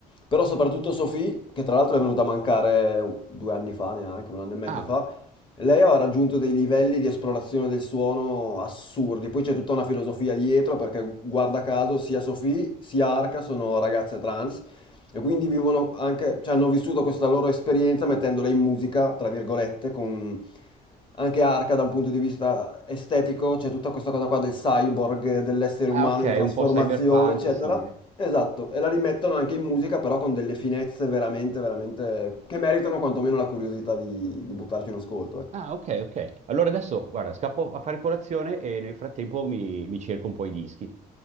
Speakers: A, on the left; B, on the right.
A: però soprattutto Sophie, che tra l'altro è venuta a mancare due anni fa, neanche un anno e mezzo
B: Ah,
A: fa, lei aveva raggiunto dei livelli di esplorazione del suono assurdi, poi c'è tutta una filosofia dietro, perché guarda caso sia Sophie sia Arca sono ragazze trans, e quindi vivono anche, cioè hanno vissuto questa loro esperienza mettendola in musica, tra virgolette, con anche Arca da un punto di vista estetico, c'è tutta questa cosa qua del cyborg, dell'essere
B: ah,
A: umano
B: ok,
A: in trasformazione,
B: un po' cyberpunk
A: eccetera.
B: simile.
A: Esatto, e la rimettono anche in musica, però con delle finezze veramente, veramente che meritano quantomeno la curiosità di, di buttarci un ascolto, ecco.
B: Ah, ok, ok. Allora adesso, guarda, scappo a fare colazione e nel frattempo mi, mi cerco un po' i dischi.